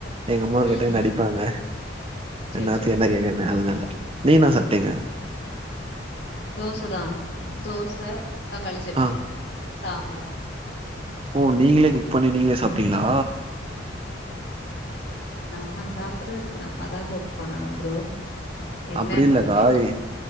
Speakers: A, on the right; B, on the left.
A: எங்க அம்மா
B: ம்
A: கேட்டா என்ன
B: ம்
A: அடிப்பாங்க
B: சேரி
A: என்னாத்த
B: சேரி
A: என்ன கேக்குறேனு அதனால நீ என்ன சாப்பிட்டீங்க
B: ம் தோச தா தோச தக்காளி சட்னி
A: ஆ
B: சாம்பார்
A: ஓ நீங்களே குக் பண்ணி நீங்களே சாப்பிட்டீங்களா
B: நம்ம சாப்பிடுறதுக்கு நம்மதா குக் பண்ணணும் ப்ரோ என்ன
A: அப்படி இல்ல
B: டவுட்
A: கா
B: இது
A: இ